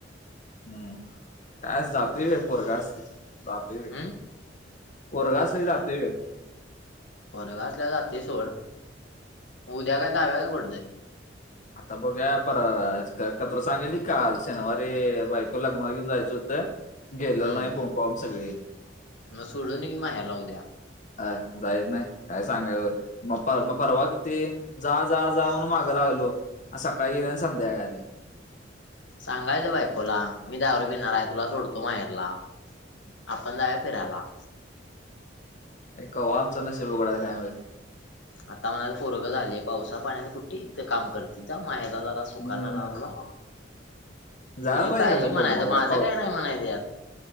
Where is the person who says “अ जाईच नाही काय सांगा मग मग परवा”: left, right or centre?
Left